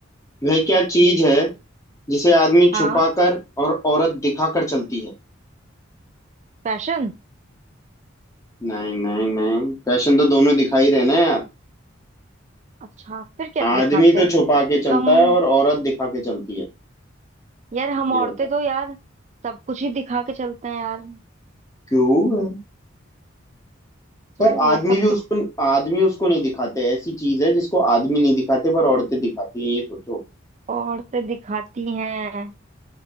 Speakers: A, on the left; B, on the right.
A: वह क्या चीज है जिसे आदमी
B: हाँ
A: छुपा कर और औरत दिखा कर चलती है
B: फैशन
A: नहीं नहीं नहीं फैशन तो दोनों दिखा ही रहे ना यार
B: अच्छा फिर क्या
A: आदमी
B: दिखाते
A: तो
B: हैं
A: छुपा के चलता
B: हम
A: है और औरत दिखा के चलती है
B: यार हम
A: ये
B: औरतें
A: बताओ
B: तो यार सब कुछ ही दिखा के चलते हैं यार
A: क्यों
B: क्या
A: पर आदमी
B: ये सब
A: भी उसको
B: कुछ
A: आदमी उसको नहीं दिखाते ऐसी चीज है जिसको आदमी नहीं दिखाते पर औरतें दिखाती हैं ये सोचो
B: औरतें दिखाती हैं